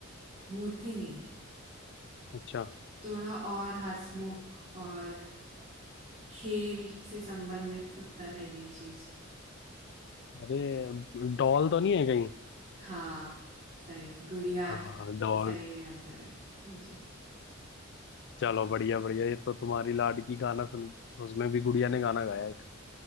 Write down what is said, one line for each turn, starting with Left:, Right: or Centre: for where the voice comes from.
Right: मूर्ति नहीं
Left: अच्छा
Right: थोड़ा और हंसमुख और खेल से संबंधित उत्तर है ये चीज
Left: अरे डॉल तो नहीं है कहीं
Right: हाँ सही गुड़िया
Left: हाँ डॉल
Right: सही आंसर है हाँ जी
Left: चलो बढ़िया बढ़िया ये तो तुम्हारी लाडकी गाना सुन उसमें भी गुड़िया ने गाना गाया एक